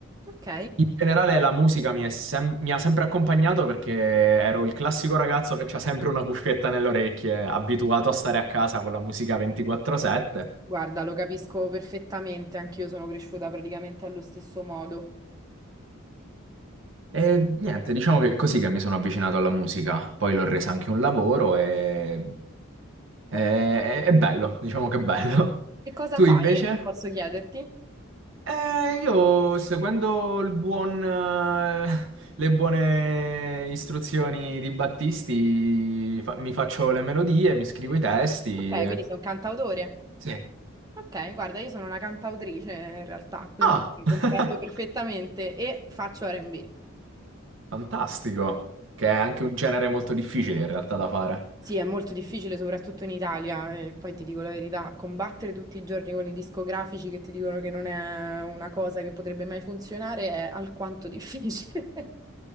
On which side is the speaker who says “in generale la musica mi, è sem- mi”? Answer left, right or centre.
Right